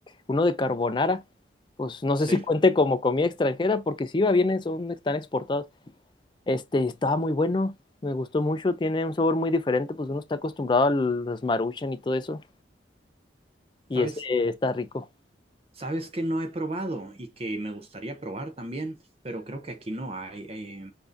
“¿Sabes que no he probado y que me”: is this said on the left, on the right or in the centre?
Right